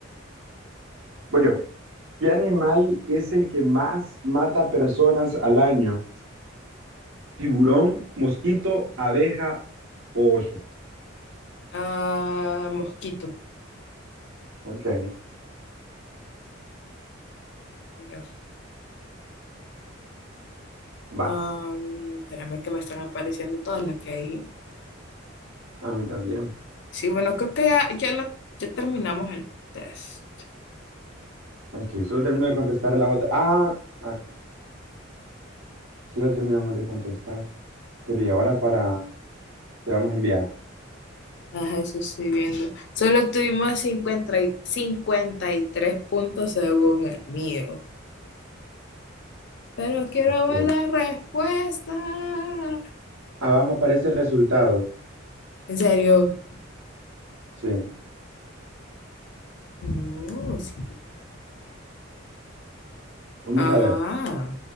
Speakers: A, on the right; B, on the left.
A: Voy yo. ¿Qué animal es el que más mata personas al año? ¿Tiburón, mosquito, abeja o oso?
B: Ah, mosquito,
A: Ok,
B: creo.
A: vas.
B: Ah, espérame que me están apareciendo todas las que dijimos.
A: A mí también.
B: Sí, bueno, creo que ya, ya, lo- ya terminamos el test.
A: Ok, solo termino de contestar las otras. Ah, ah, sí la terminamos de contestar. Pero y ahora para, le damos a enviar.
B: Ah, eso estoy viendo. Solo tuvimos cincuenta y 53 puntos según el mío. Pero quiero
A: Ok.
B: ver la respuesta.
A: Abajo aparece resultados.
B: ¿En serio?
A: Sí.
B: Oh, sí.
A: Vamos
B: Ajá.
A: a ver.